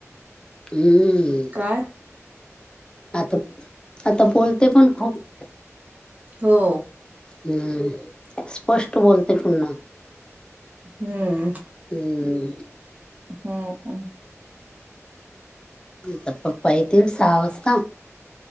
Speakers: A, on the left; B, on the right.
A: हम्.
B: हय.
A: आता आता बोलते पण खूप
B: हो.
A: हम्म स्पष्ट बोलते पुन्हा
B: हम्म
A: हम्म
B: हम्मम.
A: ंत प्पा ऐ त सहा असस्त.